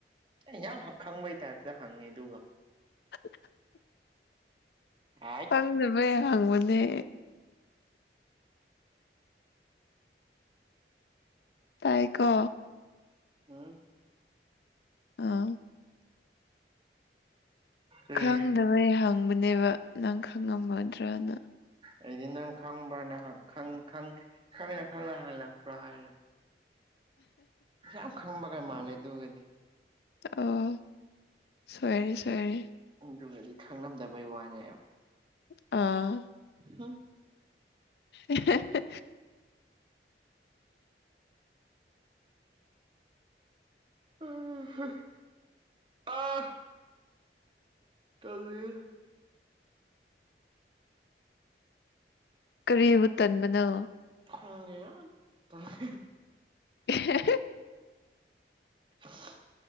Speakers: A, on the right; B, on the left.
A: ꯑꯩ ꯌꯥꯝ ꯈꯪꯕꯩ ꯇꯥꯏꯞꯇ ꯍꯪꯉꯦ ꯑꯗꯨꯒ
B: <inaudible>
A: ꯑꯥꯢꯠ
B: ꯈꯡꯗꯕꯩ ꯍꯡꯕꯅꯦ ꯇꯥꯏꯀꯣ
A: ꯍꯝ
B: ꯑꯥ
A: ꯀꯔꯤ
B: ꯈꯪꯗꯕꯩ ꯍꯪꯕꯅꯦꯕ ꯅꯪ ꯈꯪꯉꯝꯃꯗ꯭ꯔꯅ
A: ꯑꯩꯗꯤ ꯅꯪ ꯈꯪꯕ꯭ꯔꯥ ꯅ ꯍꯪ ꯈꯪ ꯈꯪ ꯈꯪꯅ ꯈꯪꯅ ꯍꯪꯂꯛꯄ꯭ꯔꯥ ꯍꯥꯏꯔ <inaudible> ꯌꯥꯝ ꯈꯪꯕꯒ ꯃꯥꯜꯂꯦ ꯑꯗꯨꯒꯗꯤ
B: ꯑꯣ ꯁꯣꯏꯔꯦ ꯁꯣꯏꯔꯦ
A: ꯑꯗꯨꯒꯗꯤ ꯈꯪꯂꯝꯗꯕꯩ ꯋꯥꯅꯦꯕ
B: ꯑꯥ
A: ꯍꯝ
B: ꯏꯍꯦꯍꯦ
A: <unintelligible> ꯑꯥ ꯇꯜꯂꯤꯍꯦ
B: ꯀꯔꯤꯕꯨ ꯇꯟꯕꯅꯣ
A: ꯈꯪꯗꯦ ꯌꯥꯝ ꯇꯂꯦ
B: ꯏꯍꯦꯍꯦ
A: <unintelligible>